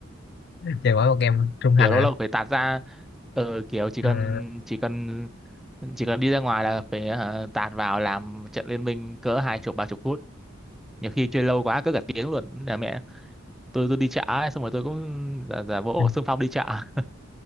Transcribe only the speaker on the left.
chơi mỗi một game trung thành
hả
à,
ừ.